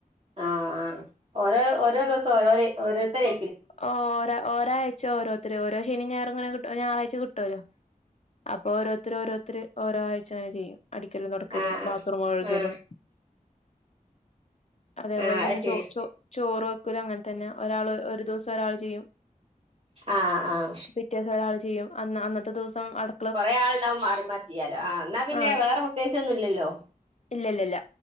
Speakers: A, on the right; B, on the left.
A: ആഹ് ഓരോ ഓരോ ദിവസം ഓരോ ഓരോരുത്തരെ
B: ഓ ഓ ഒരാഴ്ച ഓരോരുത്ത ഓരോ ശനിയും ഞായറും ഇങ്ങനെ ഞായറാഴ്ച കിട്ടുല്ലോ അപ്പൊ ഓരോരുത്തര് ഓരോരുത്തര് ഓരോ ആഴ്ച ങ്ങനെ ചെയ്യും അടിക്കല് തുറക്കലും
A: ആ ആ
B: ബാത്റൂം കഴുകലും
A: ആ
B: അതേപോൽ
A: ആ
B: തന്നെ
A: അത് ശരി
B: ചോ ചോ ചോറ് വെക്കലു അങ്ങൻ തന്നെ ഒരാള് ഒരു ദിവസം ഒരാൾ ചെയ്യും
A: ആഹ് ആഹ്
B: പിറ്റേസം ഒരാള് ചെയ്യും അന്ന അന്നത്തെ ദിവസം അട്
A: കൊറെ ആൾണ്ടാവുമ്പോ മാറി മാറി ചെയ്യാലോ ആ ന്നാ പിന്നെ
B: ആഹ്
A: വേറെ പ്രത്യേകിച്ചൊന്നുല്ലല്ലോ
B: ഇല്ല ഇല്ല ഇല്ല